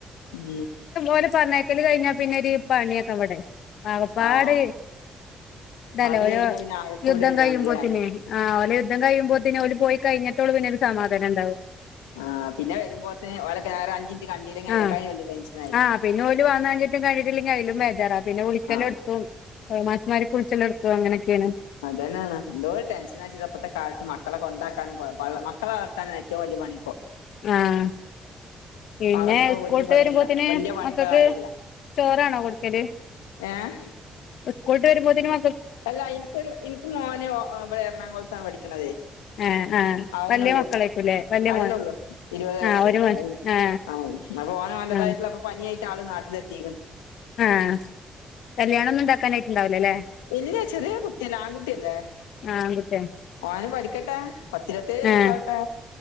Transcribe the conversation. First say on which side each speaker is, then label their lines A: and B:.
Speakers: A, on the left; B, on the left.
A: ഉം
B: ഓലെ പറഞ്ഞേക്കല് കഴിഞ്ഞാ പിന്നെ ഒരു പണിയൊക്കവടേ ആകപ്പാട്
A: ആഹ്
B: ഇതല്ലേ
A: അത്
B: ഓരോ
A: കഴിഞ്ഞാ പിന്നെ ആകെക്കൂടി
B: യുദ്ധം
A: ഒരിതാണല്ലേ
B: കഴിയുമ്പോതന് ആ ഓലേ ഇതം കഴിയുമ്പോതിന് ഓല് പോയികയ്ഞ്ഞിട്ടോരു പിന്നെരു സമാധാനം ഇണ്ടാവാ
A: ആ് പിന്നെവരുംമ്പോള്തെന്ന്ഓള്ക്ക് നേറെഅഞ്ചിഞ്ച്ന്കണ്ടല്ലെ
B: ആ
A: അതിനക്കായിവല്യടെൻഷന
B: ആ പിന്നെ ഒരു വന്നാഞ്ഞിട്ടും കഴിട്ടില്ലെങ്കിൽ അയിലും ബേജാറാ പിന്നെ വിളിക്കാൽ
A: ആഹ്
B: എടുത്തും മാഷുമാരിക്ക് വിളിക്കാൽ എടുത്തും അങ്ങനെയൊക്കെയാണ്
A: അ െതന്നാണ് എന്തോരു ടെൻഷനാച്ചിട്ട ഇപ്പത്തെ കാലത്ത് മക്കളെ കൊണ്ടാക്കാനും മക്കളെ വളർത്താനും ഏറ്റവും വലിയ പണിപ്പോ
B: ആഹ പിന്നെ
A: വേറൊന്നും
B: സ്കൂള്
A: വല്യ
B: വിട്ട്
A: പണില്ല
B: വരുമ്പോതേന്ന്
A: വല്യ പണിള്ള
B: മക്കക്ക്
A: കാര്യല്ല
B: ചോറാണോ കൊടുക്കല്?
A: ഏഹ്
B: സ്കൂളിട്ട് വരുമ്പോതിനും
A: അല്ല എനിക്കൊരു എനിക്ക് മോനെ ഇവിടെ എറണാകുളത്താണ് പഠിക്കണതേ
B: ആ ആ
A: അഹ്
B: വലിയ
A: ന്നേള്ളൂ
B: മക്കളായിക്കൂല്ലേ വലിയ
A: അഹ്
B: മോൻ
A: ന്നേള്ളൂ ഇരുവത് വയസ്സ്
B: ആ ഒരു മോൻ
A: അഹ്
B: ആ
A: ആ അപോൻ ഒന്റതായിട്ടുള്ള
B: ആ
A: അപ്പൊപനിയായിട്ട്ആള് നാട്ടിലെത്തിയിക്കിന്ന്
B: ആഹ കല്യാണംഒന്നും ഉണ്ടാക്കാനായിട്ട്ണ്ടാവില്ലഅല്ലെ
A: ഇല്ല ചെറിയ കുട്ടിയല്ല ആ കുട്ടിയല്ലേ
B: ആ ആൺകുട്ടിയ
A: ഓൻ പഠിക്കട്ടെ പത്തിരുപത്തേഴ് വയസ്സാവട്ടെ
B: ആഹ്